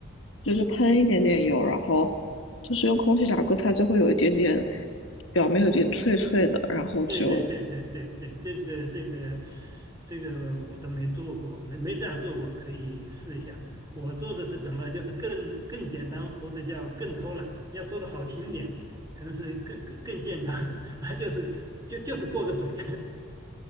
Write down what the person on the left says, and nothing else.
就是喷一点点油，然后就是用空气炸锅，它就会有一点点表面有点脆脆的，然后就